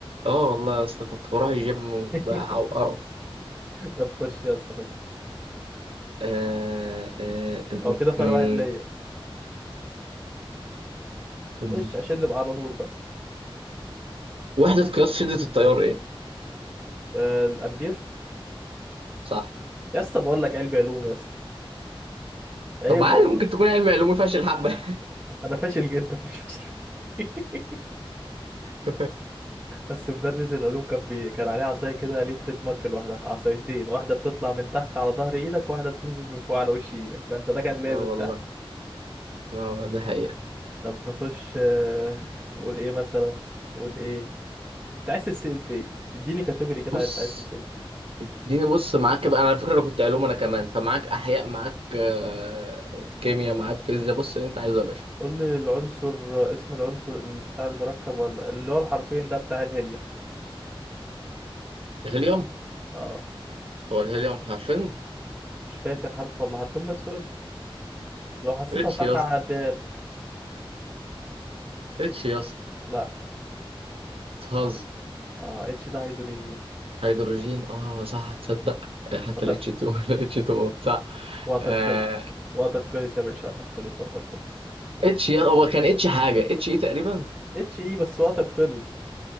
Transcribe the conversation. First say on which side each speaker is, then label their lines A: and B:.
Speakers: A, on the right; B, on the right.
A: اه والله يا اسطى كنت بروح الجيم وبتاع
B: <laughs>
A: وقرف
B: طب خش يا اسطى خش
A: آه آه م-
B: او كده فرق
A: م-
B: واحد ليا
A: م-
B: ليش عشان نبقى على نور بس
A: وحدة قياس شدة التيار إيه؟
B: آه الامبير
A: صح
B: يا اسطى بقول لك علمي علوم يا اسطى عيب
A: طب عادي
B: والله
A: ممكن تكون علم علوم فاشل حبة
B: انا فاشل جدا مش فاشل <laughs>
A: <laughs>
B: بس مدرس العلوم كان بي... كان عليه عصايه كده ليه تريد مارك لوحدها عصايتين واحده بتطلع من تحت على ظهر ايدك واحده بتنزل من فوق على وش ايدك فانت ده كان لازم
A: اه والله
B: تحفظ
A: اه ده حقيقة
B: طب نخش آه، نقول ايه مثلا نقول ايه انت عايز تتسأل في ايه اديني كاتيجوري كده
A: بص
B: انت عايز تتسأل فيه
A: اديني بص معاك بقى انا على فكرة انا كنت علوم انا كمان فمعاك احياء معاك آه، كيمياء معاك فيزياء بص اللي انت عايزه يا باشا
B: قول لي العنصر اسم العنصر ال- بتاع المركب ولا اللي هو الحرفين ده بتاع الهيليوم
A: الهيليوم
B: اه
A: هو الهيليوم حرفين
B: مش فاكر حرف ولا حرفين بس قول لي لو حسيتها
A: اتش
B: صح
A: يا اسطى
B: هعديها لك
A: اتش يا اسطى
B: لا
A: بتهزر
B: اه اتش ده هيدروجين
A: هيدروجين اه صح تصدق آه، حتى
B: وقت-
A: الاتش 2 <laughs> اتش 2 صح
B: وقتك
A: آه،
B: خلص وقتك خلص يا باشا وقتك خلص وقتك خلص خلاص
A: اتش يا هو كان اتش حاجة اتش ايه تقريبا
B: اتش ايه بس وقتك خلص